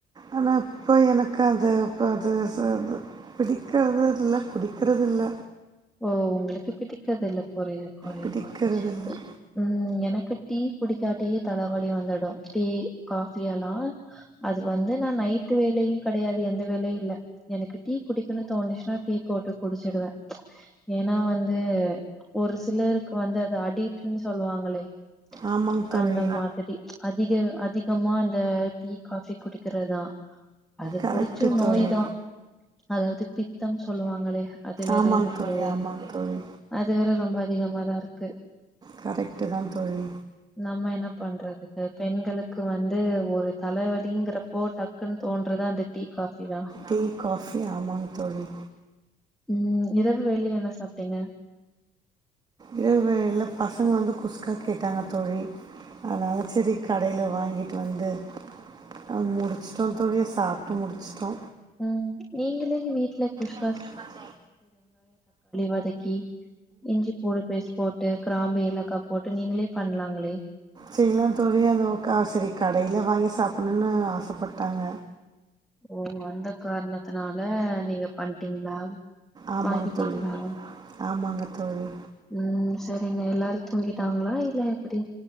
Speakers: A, on the right; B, in the centre.
A: ஆனா இப்போ எனக்கு அது இப்போ அது பிடிக்கிறது இல்ல பிடிக்கிறது இல்ல
B: ஓ உங்களுக்கு பிடிக்கிறது இல்ல புரியுது புரியுது
A: பிடிக்கிறது இல்லை
B: இ ம் எனக்கு க்கு டீ குடிகாட்டி தலைவலி வந்துடு டீ காஃபி எல்லா அது வந்து நா நைட் வேலையூ கிடையாது எந்த வேலையூ இல்ல எனக்கு டீ குடிக்கனுனூ தோணுச்சுன்னா டீ போட்டு குடிச்சிடுவ ஏனா வந்து ஒரு சிலருக்கு வந்து அது அடிக்ட்னு சொல்லுவாங்கில்லைங்
A: ஆமாங்க தோழி
B: அந்த மாதிரி ப்ச் அதிக அதிகமா அந்த டீ காஃபி குடிக்கிறதுதா அது
A: கரெக்டு
B: குடிச்சு
A: பிடிச்ச
B: நோய்தா
A: தோழி
B: அதாவது பித்தம் சொல்லுவாங்கில்லயா அது வேற
A: ஆமாங்க
B: இருக்கு
A: தோழி ஆமாங் தோழி
B: அது வேற ரொம்ப அதிகமாதான் இருக்கு
A: கரெக்ட்டுதா தோழி
B: நம்ம என்ன பண்றது பெண்களுக்கு வந்து ஒரு தலைவலிங்கிறப்போ டக்குனு தோன்றது அந்த டீ காஃபிதா
A: டீ காஃபி ஆமாங்க தோழி
B: ம் இரவ் வெளில என்ன சாப்ட்டீங்க
A: இரவு எல்ல பசங்க வந்து குஸ்கா கேட்டாங்க தோழி அதனால செரி கடைல வாங்கிட்டு வந்து அ முடிச்சிட்டோ தோழி சாப்ட்டு முடிச்ட்டோ
B: உம் நீங்களேவே வீட்ல குஷ்
A: ம்
B: வதக்கி இஞ்சி பூடு பேஸ்ட் போட்டு கிராம்பு ஏலக்காய் போட்டு நீங்களே பண்ணலாங்களே
A: செய்லா தோழி அது வ க செரி கடைல வாங்கி சாப் பண்ணுண்ணு ஆசப்பட்டாங்க
B: ஓ அந்தக் கார்ணத்துனால நீங்க பண்டீங் மேம்
A: ஆமாங்க
B: வாங்கிட்டீங்ளா
A: தோழி ஆமாங்க தோழி
B: உம் செரிங்க எல்லாரு தூங்கிட்டாங்ளா இல்ல எப்டி